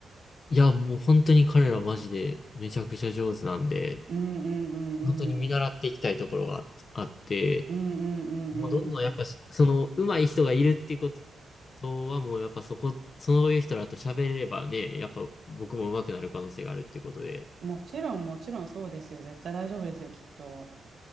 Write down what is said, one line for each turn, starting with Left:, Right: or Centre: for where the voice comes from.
Left: いや、もう本当に彼らマジでめちゃくちゃ上手なんで、
Right: うんうんうんうん。
Left: 本当に見習っていきたいところがあって、
Right: うんうんうんうん。
Left: もうどんどんやっぱし、その上手い人がいるっていうことはもうやっぱそこ、そういう人らと喋ればね、やっぱ僕も上手くなる可能性があるっていうことで、
Right: もちろんもちろんそうですよ。絶対大丈夫ですよ、きっと。